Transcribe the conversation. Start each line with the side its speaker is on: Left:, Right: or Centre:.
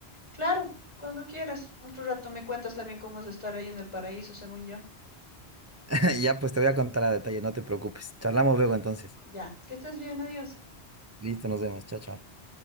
Left: Claro, cuando quieras. Otro rato me cuentas también cómo es estar ahí en el paraíso, según yo.
Right: <laughs> Ya, pues te voy a contar a detalle, no te preocupes. Charlamos luego entonces.
Left: Ya, que estés bien, adiós.
Right: Listo, nos vemos. Chao, chao.